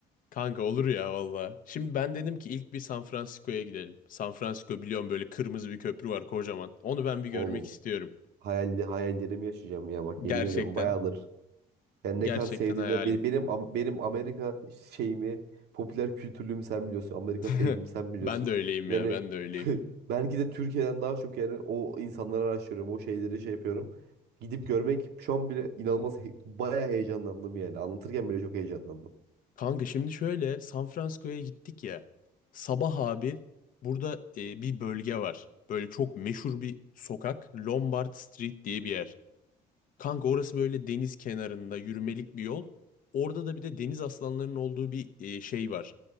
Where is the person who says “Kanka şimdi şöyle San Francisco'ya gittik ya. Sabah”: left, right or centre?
Left